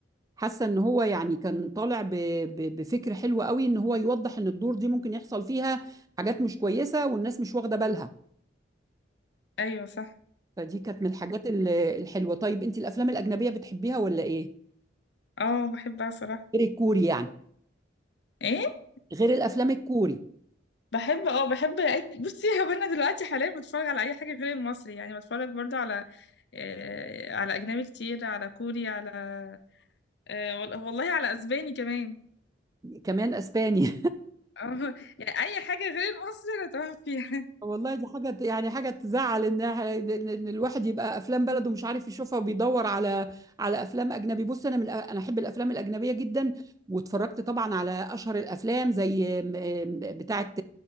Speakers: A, on the right (about 20°); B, on the left (about 65°).
A: حاسه ان هو يعني كان طالع ب... ب... بفكر حلو قوي ان هو يوضح ان الدور دي ممكن يحصل فيها حاجات مش كويسه والناس مش واخده بالها
B: ايوه صح
A: فدي كانت من الحاجات ال- الحلوه طيب انت الافلام الاجنبيه بتحبيها ولا ايه
B: اه بحبها صراحة
A: غير الكوري يعني
B: ايه
A: غير الافلام الكوري
B: بحب اه بحب أي... <laughs> بصي هو انا دلوقتي حاليا بتفرج على اي حاجة غير المصري يعني بتفرج برضه على آه على اجنبي كتير على كوري على آه وال- والله على اسباني كمان
A: كمان اسباني
B: <laughs> اه يعني اي حاجة غير المصري انا تمام فيها
A: والله دي حاجة يعني حاجة تزعل إن إن إن الواحد يبقى أفلام بلده مش عارف يشوفها وبيدور على على أفلام أجنبي بص أنا من الأ- أنا أحب الأفلام الأجنبية جدا واتفرجت طبعا على أشهر الأفلام زي م- م- بتاعة